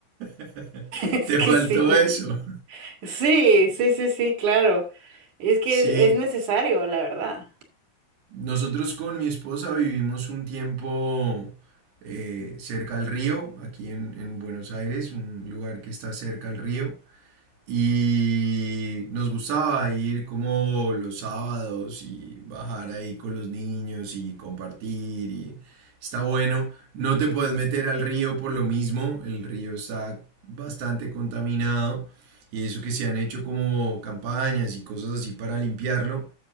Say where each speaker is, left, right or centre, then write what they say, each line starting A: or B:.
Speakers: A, on the right (about 85°); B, on the right (about 55°).
A: <laughs>
B: Es
A: Te
B: que
A: faltó
B: sí,
A: eso.
B: sí, sí, sí, sí, claro. Es que
A: Sí,
B: es, es necesario, la verdad.
A: Nosotros con mi esposa vivimos un tiempo eh, cerca al río, aquí en, en Buenos Aires, un lugar que está cerca al río. Y nos gustaba ir como los sábados y bajar ahí con los niños y compartir y está bueno. No te puedes meter al río por lo mismo, el río está bastante contaminado y eso que se han hecho como campañas y cosas así para limpiarlo.